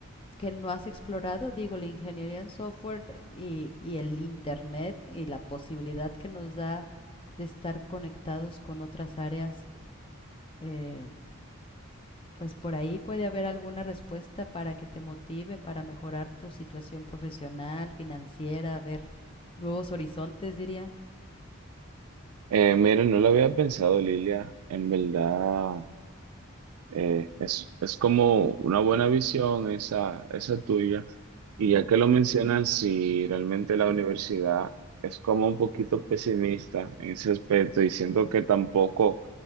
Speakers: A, on the left; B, on the right.
A: que no has explorado, digo, la ingeniería en software eh, y, y el Internet y la posibilidad que nos da de estar conectados con otras áreas eh, pues por ahí puede haber alguna respuesta para que te motive para mejorar tu situación profesional, financiera, ver nuevos horizontes, diría.
B: eh, miren, no lo había pensado, Lilia, en verdad. Eh, es, es como una buena visión esa, esa tuya. Y ya que lo mencionan, si realmente la universidad es como un poquito pesimista en ese aspecto y siento que tampoco